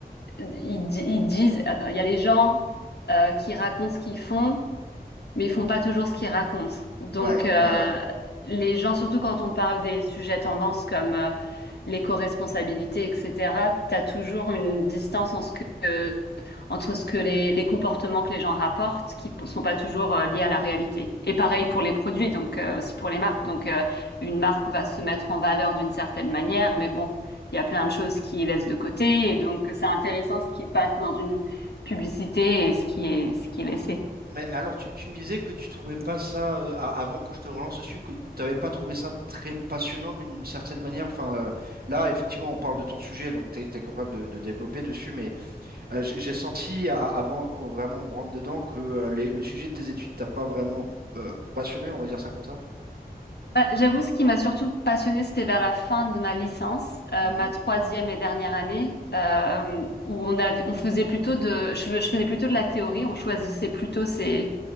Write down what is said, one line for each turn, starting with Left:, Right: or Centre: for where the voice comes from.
Left: ils, di- ils disent attends, il y a les gens euh, qui racontent ce qu'ils font mais ils font pas toujours ce qu'ils racontent. Donc,
Right: Ouais,
Left: euh,
Right: ouais, ouais.
Left: les gens, surtout quand on parle des sujets tendances comme euh, l'éco-responsabilité, etc., tu as toujours une distance en ce que, euh, entre ce que les, les comportements que les gens rapportent, qui p- sont pas toujours euh, liés à la réalité. Et pareil pour les produits, donc euh, aussi pour les marques. Donc, euh, une marque va se mettre en valeur d'une certaine manière, mais bon, il y a plein de choses qui laissent de côté, et donc c'est intéressant ce qui passe dans une publicité et ce qui est, ce qui est laissé.
Right: Mais alors, tu, tu me disais que tu trouvais pas ça, euh, a- avant que je te relance dessus, que tu n'avais pas trouvé ça très passionnant d'une certaine manière. Enfin, euh, là, effectivement, on parle de ton sujet, donc tu es, capable de, de développer dessus, mais euh, j'ai j'ai senti, a- avant qu'on vraiment on rentre dedans, que euh, les- le sujet de tes études t'a pas vraiment euh, passionné, on va dire ça comme ça.
Left: Bah, j'avoue, ce qui m'a surtout passionnée, c'était vers la fin de ma licence, euh,
Right: Mhm.
Left: ma troisième et dernière année, euh, où on avait, on faisait plutôt de, je, je faisais plutôt de la théorie, on choisissait plutôt ses,